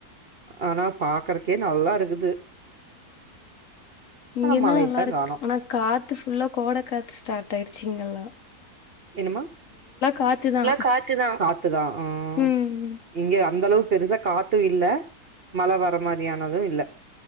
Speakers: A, on the right; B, on the left.
A: ஆனா பாக்கறக்கே நல்லாருக்குது
B: இங்க
A: ஆனா
B: தா
A: மழையத்தா
B: நல்லாருக்கு
A: காணோ
B: ஆனா காத்து ஃபுல்லா கோட காத்து ஸ்டாட் ஆயிர்ச்சி இங்கல்ல
A: என்னமா
B: காத்துதா
A: காத்து தா ஆஹ்
B: ம் ம்
A: இங்க அந்தளவுக் பெருசா காத்து இல்ல மழ வர மாரியா னது இல்ல